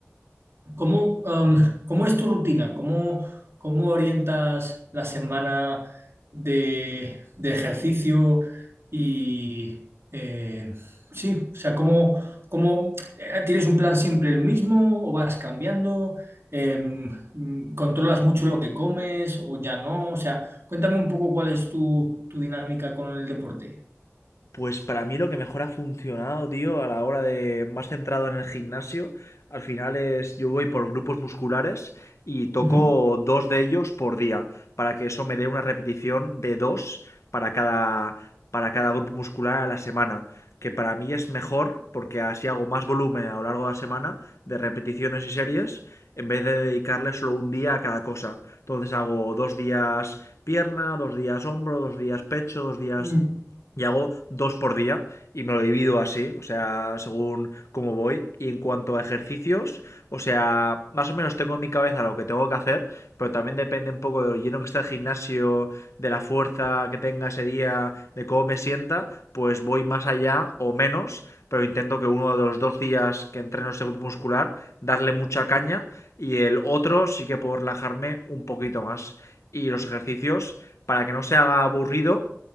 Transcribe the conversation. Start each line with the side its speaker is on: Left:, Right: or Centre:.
Right: ¿Cómo, am, cómo es tu rutina? ¿Cómo, cómo orientas la semana de, de ejercicio? Y eh, sí, o sea, ¿cómo, cómo- eh, tienes un plan siempre el mismo o vas cambiando? Em, mm, ¿controlas mucho lo que comes o ya no? O sea, cuéntame un poco cuál es tu, tu dinámica con el deporte.
Left: Pues para mí lo que mejor ha funcionado, tío, a la hora de más centrado en el gimnasio, al final es yo voy por grupos musculares y toco
Right: Ujú.
Left: dos de ellos por día, para que eso me dé una repetición de dos para cada, para cada grupo muscular a la semana, que para mí es mejor porque así hago más volumen a lo largo de la semana de repeticiones y series en vez de dedicarle solo un día a cada cosa. Entonces hago dos días pierna, dos días hombro, dos días pecho, dos días
Right: Mm,
Left: y hago dos por día y me lo divido así, o sea, según cómo voy. Y en cuanto a ejercicios, o sea, más o menos tengo en mi cabeza lo que tengo que hacer, pero también depende un poco de lo lleno que está el gimnasio, de la fuerza que tenga ese día, de cómo me sienta, pues voy más allá o menos, pero intento que uno de los dos días que entreno ese grupo muscular, darle mucha caña y el otro sí que puedo relajarme un poquito más. Y los ejercicios, para que no se haga aburrido,